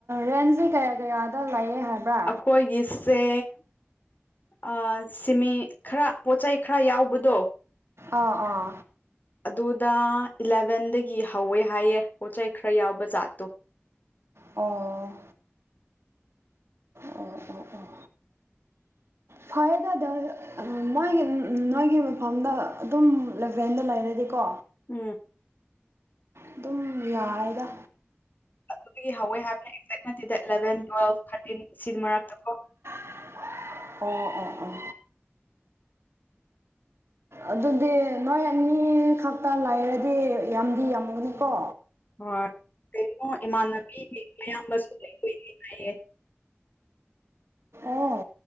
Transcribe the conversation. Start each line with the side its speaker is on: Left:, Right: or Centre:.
Right: ꯔꯦꯟꯁꯖꯦ ꯀꯌꯥ ꯀꯌꯥꯗ ꯂꯩꯌꯦ ꯍꯥꯏꯕ꯭ꯔꯥ
Left: ꯑꯈꯣꯏꯒꯤ ꯁꯦ ꯑ ꯁꯤꯃꯤ ꯈꯔ ꯄꯣꯠꯆꯩ ꯈꯔ ꯌꯥꯎꯕꯗꯣ
Right: ꯑꯥ ꯑꯥ
Left: ꯑꯗꯨꯗ ꯏꯂꯚꯦꯟꯗꯒꯤ ꯍꯧꯋꯦ ꯍꯥꯏꯌꯦ ꯄꯣꯠꯆꯩ ꯈꯔ ꯌꯥꯎꯕ ꯖꯥꯠꯇꯣ
Right: ꯑꯣ ꯑꯣ ꯑꯣ ꯑꯣ <unintelligible> ꯐꯔꯦ <unintelligible> ꯃꯣꯏꯒꯤ ꯅꯣꯏꯒꯤ ꯃꯐꯝꯗ ꯑꯗꯨꯝ ꯂꯕꯦꯟꯗ ꯂꯩꯔꯗꯤꯀꯣ
Left: ꯎꯝ
Right: ꯑꯗꯨꯝ ꯌꯥꯔꯦꯗ
Left: ꯑꯗꯨꯗꯒꯤ ꯍꯧꯋꯦ ꯍꯥꯏꯕꯅꯦ ꯑꯦꯛꯖꯦꯛ ꯅꯠꯇꯦꯗ ꯑꯦꯂꯚꯦꯟ ꯇꯨꯋꯦꯜꯞ ꯊꯥꯔꯇꯤꯟ ꯁꯤ ꯃꯔꯛꯇ ꯀꯣ
Right: <unintelligible> ꯑꯣ ꯑꯣ ꯑꯣ ꯑꯗꯨꯗꯤ ꯅꯣꯏ ꯑꯅꯤ ꯈꯛꯇ ꯂꯩꯥꯔꯗꯤ ꯌꯥꯝꯗꯤ ꯌꯥꯝꯒꯅꯤꯀꯣ
Left: ꯍꯣꯏ ꯀꯩꯅꯣ ꯏꯃꯥꯟꯅꯕꯤꯒꯤ ꯃꯌꯥꯝꯕꯖꯨ ꯂꯩꯗꫭꯏꯅꯦ ꯍꯥꯏꯌꯦ
Right: ꯑꯣ